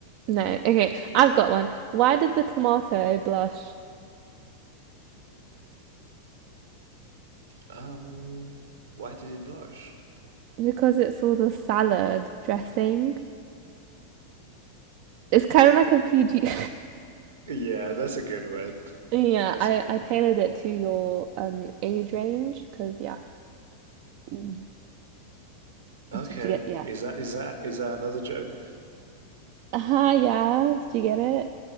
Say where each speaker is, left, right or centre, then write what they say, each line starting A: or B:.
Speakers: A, on the right; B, on the right.
A: no, okay, I've got one. Why did the tomato blush?
B: Um, why did it blush?
A: Because it saw the salad dressing. It's kind of like a PG.
B: Yeah, that's a good one.
A: <laughs> yeah,
B: That's
A: I
B: a good
A: I tailored
B: one.
A: it to your um age range because yeah, you,
B: Okay,
A: you get yeah
B: is that is that is that another joke?
A: Aha, yeah. Did you get it?